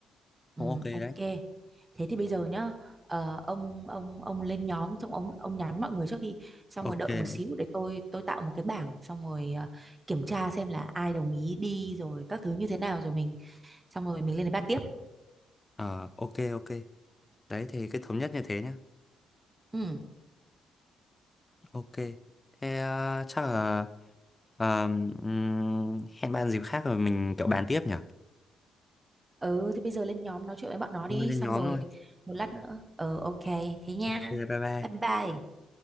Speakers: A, on the right (about 20°); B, on the left (about 20°).
A: ừ,
B: cũng ok
A: ok
B: đấy
A: thế thì bây giờ nhá ờ, ông ông ông lên nhóm xong ông ông nhắn mọi người trước đi xong
B: ok
A: rồi đợi một xíu để tôi tôi tạo một cái bảng xong rồi ờ, kiểm tra xem là ai đồng ý đi rồi các thứ như thế nào rồi mình xong rồi mình lên để bàn tiếp
B: Ờ, ok ok đấy thì cái thống nhất như thế nhá
A: ừ
B: ok thế ờ, chắc là ờ, ừm, hẹn bạn dịp khác rồi mình kiểu bàn tiếp nhỉ
A: ừ thì bây giờ lên nhóm nói chuyện với bọn nó đi
B: Thôi lên
A: xong
B: nhóm
A: rồi
B: thôi.
A: một lát nữa Ừ, ok thế nha
B: Ok bye bye.
A: bye bye